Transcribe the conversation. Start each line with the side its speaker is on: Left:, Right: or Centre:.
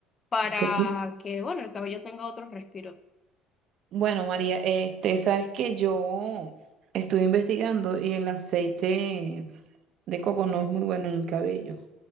Left: para
Right: Ok.
Left: que bueno, el cabello tenga otro respiro.
Right: Bueno, María, este, sabes que yo estuve investigando y el aceite de coco no es muy bueno en el cabello,